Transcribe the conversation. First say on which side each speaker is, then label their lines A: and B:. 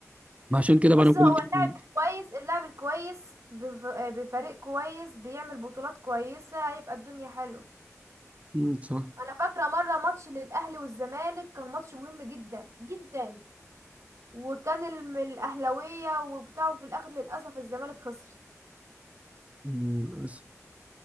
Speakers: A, on the right; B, on the right.
A: ما عشان كده
B: بص
A: بقى انا بقول
B: هو
A: لك-
B: اللاعب الكويس اللاعب الكويس بف- بفريق كويس بيعمل بطولات كويسة هيبقى الدنيا حلوة
A: مم، صح
B: انا فاكرة مرة ماتش للاهلي والزمالك كان ماتش مهم جدا جدا وكان الم- الاهلاوية وبتاعه في الاخر للاسف الزمالك خسرت
A: مم، للاسف